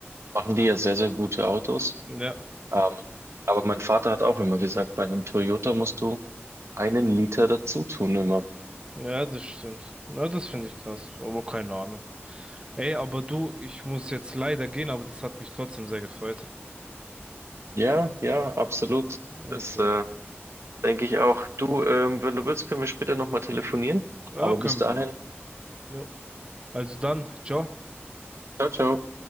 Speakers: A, on the right (about 90°); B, on the right (about 25°).
A: machen die ja sehr, sehr gute Autos.
B: Ja,
A: Ähm, aber mein Vater hat auch immer gesagt, bei einem Toyota musst du einen Liter dazu tun immer.
B: ja, das stimmt. Ja, das finde ich krass, aber keine Ahnung. Ey, aber du, ich muss jetzt leider gehen, aber das hat mich trotzdem sehr gefreut.
A: Ja, ja, absolut.
B: Okay.
A: Das äh, denke ich auch. Du, ähm, wenn du willst, können wir später nochmal telefonieren.
B: Ja,
A: Aber
B: können
A: bis dahin,
B: wir machen. Ja. Also dann, ciao.
A: ciao, ciao.